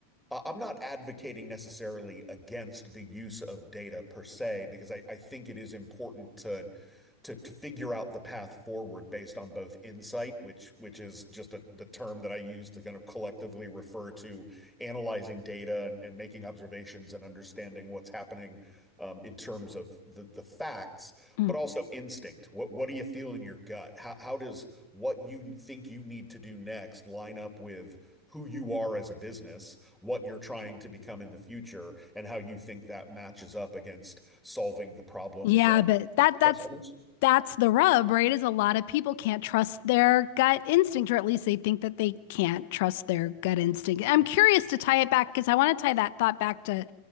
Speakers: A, in the centre; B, on the left (about 50°).
A: uh, I'm not advocating necessarily against the use of data per se, because I, I think it is important to to to figure out the path forward based on both insight, which which is just a, the term that I use to kind of collectively refer to analyzing data and, and making observations and understanding what's happening um, in terms of the the facts,
B: Mm.
A: but also instinct. What what do you feel in your gut? How how does what you think you need to do next line up with who you are as a business, what you're trying to become in the future, and how you think that matches up against solving the problems
B: yeah
A: of
B: but that
A: your
B: that's
A: customers?
B: that's the rub right is a lot of people can't trust their gut instinct or at least they think that they can't trust their gut instinct i'm curious to tie it back because i want to tie that thought back to